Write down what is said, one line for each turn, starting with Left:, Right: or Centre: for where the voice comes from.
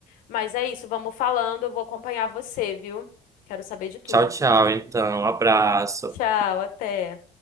Left: Mas é isso, vamos falando, eu vou acompanhar você, viu? Quero saber de tudo.
Right: Tchau, tchau. Então, Um abraço.
Left: Tchau, até.